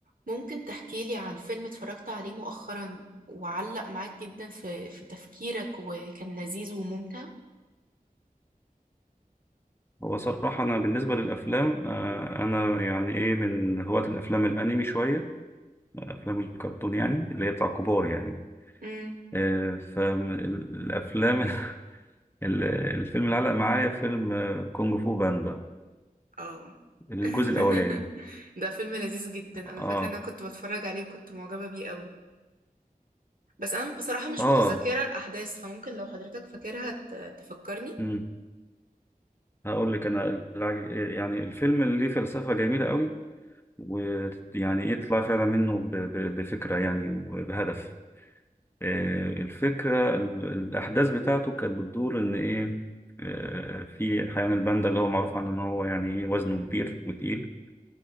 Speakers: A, on the right; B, on the left.
A: ممكن تحكيلي عن فيلم اتفرجت عليه مؤخرا وعلق معاك جدا في في تفكيرك وكان لذيذ وممتع
B: هو صراحة أنا بالنسبة للأفلام آه، أنا يعني إيه من هواة الأفلام الأنمي شوية أفلام الكرتون يعني اللي هي بتاع كبار يعني
A: امم
B: آه، فالأفلام <laughs> ال- الفيلم اللي علق معايا فيلم آه، كونج فو باندا
A: اه
B: الجزء
A: <laughs>
B: الأولاني
A: ده فيلم لذيذ جدا
B: آه
A: انا فاكره ان انا كنت بتفرج عليه وكنت معجبه بيه قوي بس انا بصراحه مش
B: آه
A: متذكره الاحداث فممكن لو حضرتك فاكرها ت- تفكرني
B: مم. هقول لك أنا الع- يعني الفيلم اللي ليه فلسفة جميلة قوي ويعني يطلع فعلا منه ب- ب- بفكرة يعني وبهدف آه، الفكرة ال- الأحداث بتاعته كانت بتدور إن إيه آه، في حيوان الباندا اللي هو معروف عنه إن هو يعني إيه وزنه كبير وتقيل